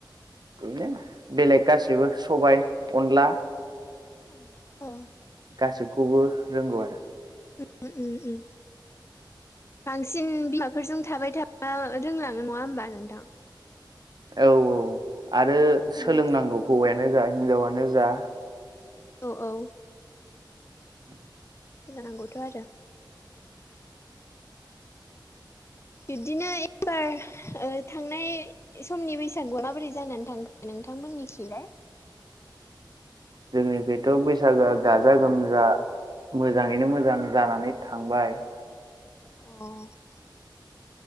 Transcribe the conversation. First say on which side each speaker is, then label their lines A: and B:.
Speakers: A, on the right; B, on the left.
A: बिदिनो बेलेग गासिबो सबाय अनला
B: अ अ
A: गासिबखौबो रोंगौ आरो
B: उम उम बांसिन बिमाफोरजों थाबाय थाबा रोंलाङो नङा होमबा नोंथां
A: औ औ आरो सोलोंनांगौ
B: उम
A: हौवायानो जा हिनजावानो जा
B: औ औ
A: उ
B: सोलानांगौथ' आरो बिबदिनो एबार ओ- थांनाय समनि बैसागुआव माबोरै जानानै थांगोन नों नोंथांमोननिखिलाय
A: औ जोंनि बेथ' बैसागोआ गाजा गोमजा मोजाङैनो मोजां जानानै थांबाय ।
B: अ